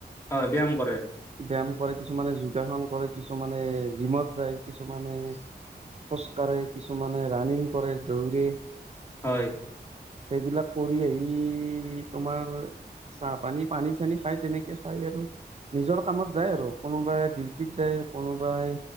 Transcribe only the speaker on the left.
হয় ব্যায়াম কৰে
হয়